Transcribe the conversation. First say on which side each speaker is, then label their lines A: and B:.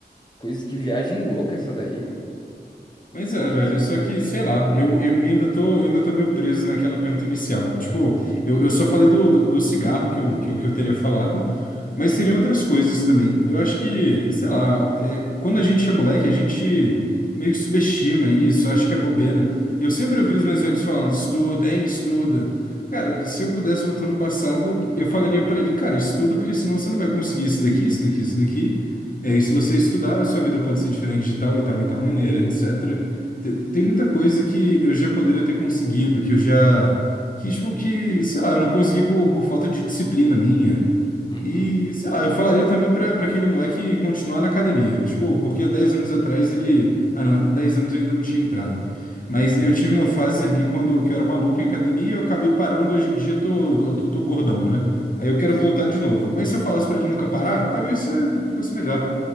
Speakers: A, on the left; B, on the left.
A: Coisas que viagem louca essa daí, meu.
B: Mas é,
A: É isso.
B: velho, só que, sei lá, eu, eu eu ainda tô, eu ainda tô meio preso naquela pergunta inicial. Tipo, eu, eu só falei do, do, do cigarro que eu, que eu, que eu teria falado, mas
A: Uhum,
B: seriam outras coisas também. Eu acho que, sei lá, é, quando a gente é moleque, a gente meio que subestima isso, acho que é bobeira. Eu sempre ouvi os meus velhos falando, estuda, hein, estuda. Cara, se eu pudesse voltar no passado, eu falaria pra ele, cara, estuda, porque senão você não vai conseguir isso daqui, isso daqui, isso daqui. É, e se você estudar, a sua vida pode ser diferente de tal e tal e tal maneira, etc.
A: uhum,
B: Te- Tem muita coisa que eu já poderia ter conseguido, que eu já. Que, tipo, que, sei lá, eu não consegui por, por falta de disciplina minha.
A: uhum,
B: E, sei lá, eu falaria também pra, pra aquele moleque continuar na academia. Tipo, porque há 10 anos atrás ele. Ah, não, há 10 anos eu ainda não tinha entrado. Mas
A: ok.
B: eu tive uma fase ali quando que eu era maluco em academia, eu acabei parando e hoje em dia eu tô, eu tô, eu tô gordão, né? Aí eu quero
A: Ps-
B: voltar de novo. Mas se eu falasse pra ele nunca parar, talvez eh, fosse melhor.